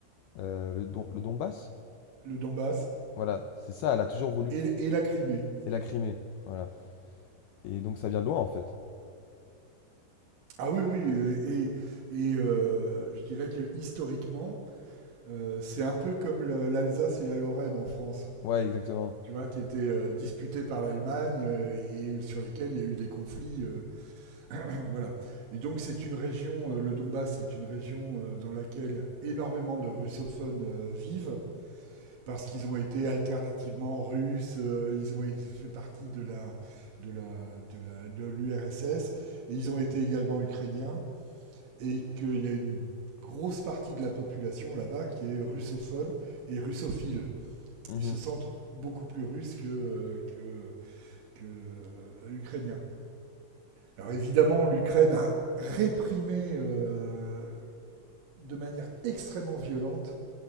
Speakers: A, on the left; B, on the right.
A: Euh, le Don, le Donbass?
B: le Donbass
A: Voilà, c'est ça, elle a toujours voulu.
B: et, et la Crimée.
A: Et la Crimée. Voilà. Et donc ça vient de loin, en fait.
B: Ah oui, oui, euh, et, et euh, je dirais que historiquement, euh, c'est un peu comme l'Alsace et la Lorraine en France.
A: Ouais, exactement.
B: tu vois, qui étaient euh, disputés par l'Allemagne euh, et sur lesquels il y a eu des conflits. euh, <clears throat> voilà. Et donc, c'est une région, euh, le Donbass, c'est une région euh, dans laquelle énormément de russophones euh, vivent, parce qu'ils ont été alternativement russes, euh, ils ont été- fait partie de la de la de la de l'URSS, et ils ont été également ukrainiens, et qu'il y a une grosse partie de la population là-bas qui est russophone et russophile.
A: Mhm.
B: Ils se sentent beaucoup plus russes que, euh, que que euh, ukrainien. Alors évidemment, l'Ukraine a réprimé euh, de manière extrêmement violente